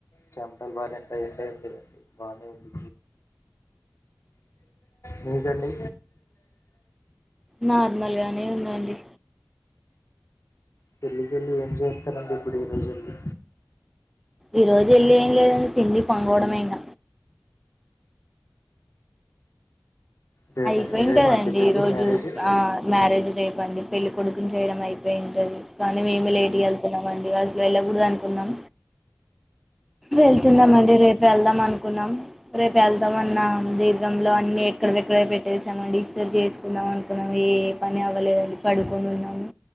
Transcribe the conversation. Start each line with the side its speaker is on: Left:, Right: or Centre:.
Left: చెమటలు పారేంతా ఎండ ఏంలేదండి బానే ఉంది మీకండి
Centre: నార్మల్గానే ఉందండి.
Left: పెళ్ళికి వెళ్ళి ఏం చేస్తారండి ఇప్పుడు ఈ రోజెల్లి
Centre: ఈ రోజు వెళ్ళ ఏం లేదని తిండి పంకోడమే ఇంగ
Left: రేపే
Centre: అయిపోయింటదండి.
Left: రేపా అండి పెళ్ళి
Centre: ఈ రోజు
Left: మ్యారేజ్
Centre: ఆ మ్యారేజ్ రేప్ అండి పెళ్ళికొడుకు కు చేయడం అయిపోయింటది. కానీ మేమే లేట్గా వెళ్తున్నాం అండి. అసలు వెళ్ళకూడదు అనుకున్నాం. వెళ్తున్నాం అండి రేపు వెళ్దాం అను కున్నాం రేపు వెళ్దాం అన్నా దీర్ఘంలో అన్ని ఎక్కడ డ్రై పెట్టేసామండి ఇస్తరు చేసుకుందాం అనుకున్నాము. ఏ పని అవ్వలేదు. పడుకొని ఉన్నాము.